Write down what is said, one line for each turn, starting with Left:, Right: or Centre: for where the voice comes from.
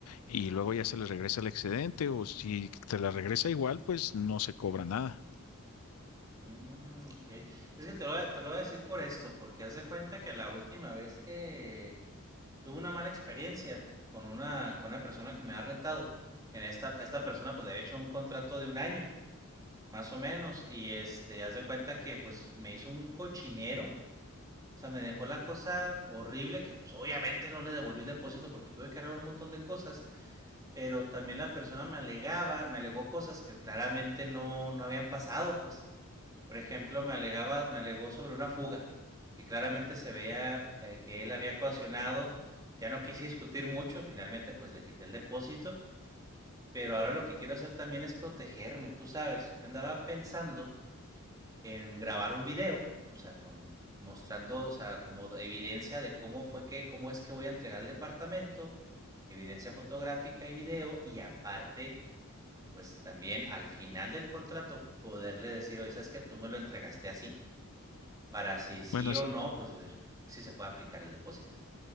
Left: y luego ya se les regresa el excedente o si te la regresa igual, pues no se cobra nada.
Right: Mm, ok. Es que te lo, voy a- te lo voy a decir por esto, porque haz de cuenta que la última vez que tuve una mala experiencia con una, con una persona que me ha rentado, en esta, a esta persona pues le había hecho un contrato de un año, más o menos, y este, haz de cuenta que pues me hizo un cochinero, o sea, me dejó la cosa horrible que pues obviamente no le devolví el depósito porque tuve que arreglar un montón de cosas, pero también la persona me alegaba, me alegó cosas que claramente no, no habían pasado, pues. Por ejemplo, me alegaba me alegó sobre una fuga, que claramente se veía, eh, que él había ocasionado. Ya no quise discutir mucho, finalmente pues le quité el depósito, pero ahora lo que quiero hacer también es protegerme, tú sabes. Yo andaba pensando en grabar un video, o sea, con mostrando, o sea, como de- evidencia de cómo fue que, cómo es que voy a entregar el departamento, evidencia fotográfica y video, y aparte, pues también al final del contrato poderle decir, oye, ¿sabes que tú me lo entregaste así? para si sí
Left: Bueno,
Right: o
Left: es-
Right: no, pues ver si se puede aplicar el depósito.